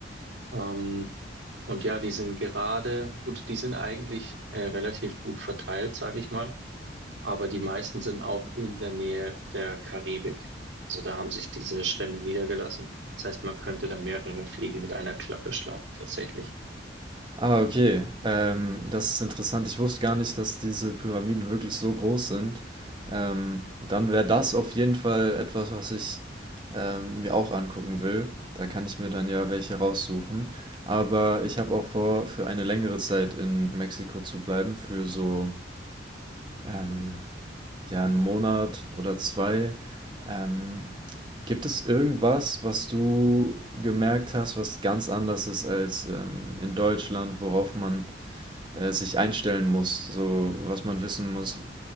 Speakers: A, on the right (about 70°); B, on the right (about 25°).
A: Ähm, und ja, die sind gerade, gut, die sind eigentlich äh, relativ gut verteilt, sage ich mal. aber die meisten sind auch in der Nähe der Karibik. Also da haben sich diese Stämme niedergelassen. Das heißt, man könnte da mehrere Fliegen mit einer Klappe schlagen, tatsächlich.
B: Ah, okay. Ähm, das ist interessant. Ich wusste gar nicht, dass diese Pyramiden wirklich so groß sind. Ähm, dann wäre das auf jeden Fall etwas, was ich ähm, mir auch angucken will. Da kann ich mir dann ja welche raussuchen. Aber ich habe auch vor, für eine längere Zeit in Mexiko zu bleiben, für so ähm, ja einen Monat oder zwei. Ähm, gibt es irgendwas, was du gemerkt hast, was ganz anders ist als ähm, in Deutschland, worauf man äh, sich einstellen muss, so was man wissen muss, äh,